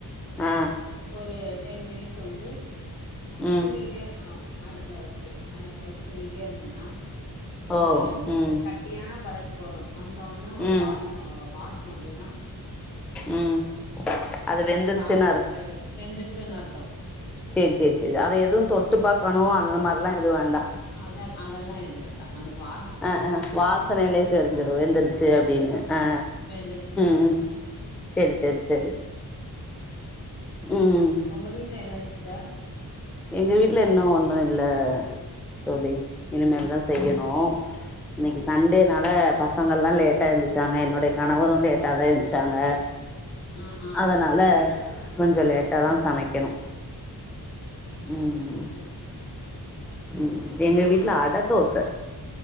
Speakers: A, in the centre; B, on the left (about 80°).
A: அ
B: ஒரு டென் மினிட்ஸ் வந்து
A: ம்
B: கிண்டிகிட்டே இருக்கணு அடுப்புல வெச்சு அடுப்புல வச்சு கிண்டிக்கிட்டே இருந்தம்னா ஒரு
A: ஓ ம்
B: கட்டியான பதத்துக்கு வரு வந்தோன்னே
A: ம்
B: ஒரு வாசன வரு அந்த வாசன வந்துதுனா
A: ம் அது
B: நம்ம
A: வெந்துருச்சுன்னு
B: சாப்பர்றக்கு ரெடி வெந்துருச்சுன் அர்த்தோ
A: சேர் சேர் சேர் அத எதுவு
B: அதா
A: தொட்டு பாக்கணு அந்த மார்லா எது வேண்டா
B: அத அதெல்லா எதுவ் வேண்டா நமக்கு வா
A: அ அ வாசனையிலே தெரிஞ்சிரு வெந்திருச்சி அப்டினு அ
B: வெந்துர்ச்சினு
A: ம் சேரி சேரி சேரி ம்
B: உங்க வீட்ல என்ன சிஸ்டர்
A: எங்க வீட்ல இன்னு ஒன்னு இல்ல தோழி இனிமேல்தா செய்யணு இன்னிக்கி சண்டேனால பசங் கலா லேட்டா எந்திர்ச்சாங்க என்னுடைய கணவரு லேட்டாதா எஞ்சாங்க
B: ஆ ஆ
A: அதனால கொஞ்சோ லேட்டாதா சமைக்கணு ம்
B: சேர் சே
A: ம் எங்க வீட்ல அட தோச